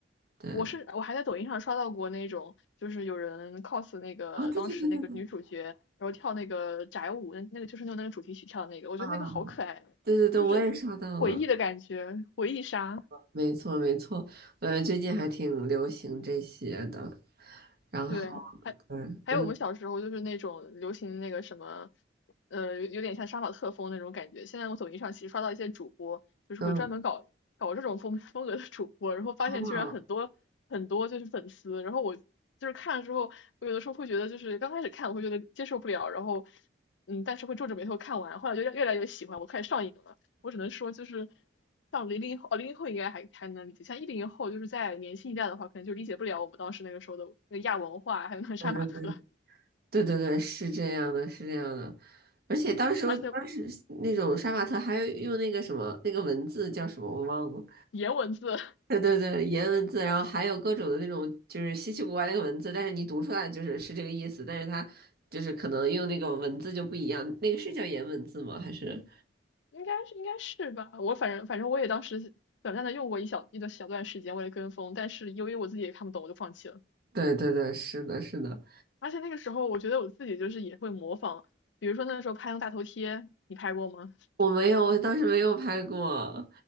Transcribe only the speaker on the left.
我是我还在抖音上刷到过那种，就是有人 cos 那个当时那个女主角，
然后跳那个宅舞，那那个就是用那个主题曲跳的那个，我觉得那个好可爱，
就是回忆的感觉，
回忆杀。
对，还还有我们小时候就是那种流行那个什么，
呃，有点像杀马特风那种感觉。现在我抖音上其实刷到一些主播，就是会专门搞搞这种风风格的主播，
然后发现居然很多很多就是粉丝。
然后我就是看了之后，我有的时候会觉得就是刚开始看我会觉得接受不了，然后嗯，但是会皱着眉头看完，后来就越越来越喜欢，我开始上瘾了。我只能说就是像零零后，哦，零零后应该还还能理解，像一零后就是在年轻一代的话，可能就理解不了我们当时那个时候的那个亚文化，还有那个杀马特，
而且颜文字
应该是应该是吧，我反正反正我也当时短暂的用过一小一个小段时间，为了跟风，但是由于我自己也看不懂，我就放弃了。
而且那个时候，我觉得我自己就是也会模仿，比如说那个时候拍那个大头贴，你拍过吗？